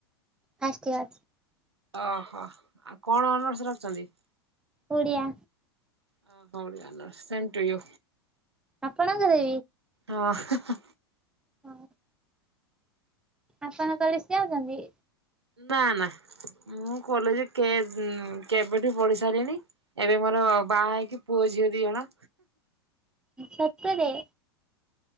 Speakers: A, in the centre; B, on the right (about 80°).
A: First year.
B: ଓହୋ ଆଉ କଣ ଅନର୍ସ ରଖଛନ୍ତି?
A: ଓଡ଼ିଆ।
B: ହ ହଉ ଓଡ଼ିଆ ଅନର୍ସ ସେମ ଟୁୟୁ।
A: ଆପଣଙ୍କ ବି
B: ହଁ।
A: ହ ଆପଣଙ୍କର ବି <unintelligible> ଅଛନ୍ତି।
B: ନା ନା ମୁଁ କଲେଜ କେବ୍ କେବେଠି ପଢି ସାରିଲିଣି। ଏବେ ମୋର ବାହା ହେଇ କି ପୁଅ ଝିଅ ଦି ଜଣ।
A: ସତରେ।